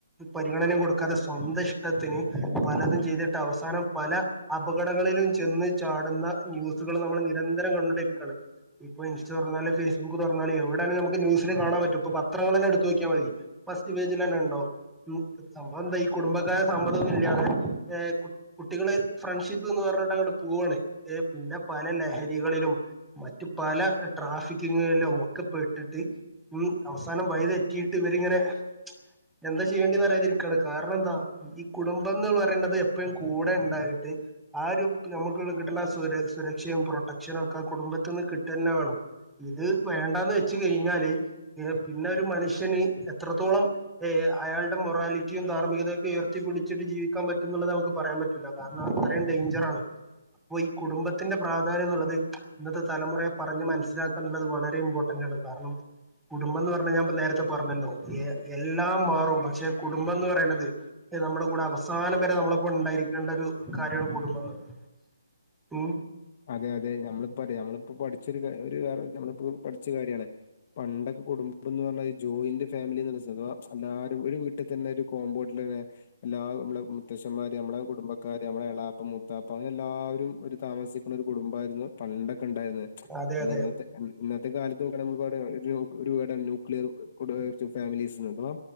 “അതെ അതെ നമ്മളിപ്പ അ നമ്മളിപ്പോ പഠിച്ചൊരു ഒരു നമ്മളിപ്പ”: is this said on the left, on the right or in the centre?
Left